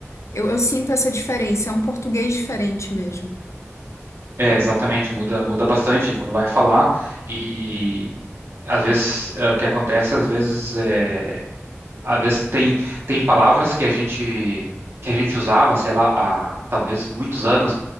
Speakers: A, on the left; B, on the right.
A: eu, eu sinto essa diferença, é um português diferente mesmo.
B: é, exatamente, muda, muda bastante quando vai falar e... Às vezes, é, o que acontece, às vezes, é, Às vezes tem, tem palavras que a gente que a gente usava, sei lá, há talvez muitos anos,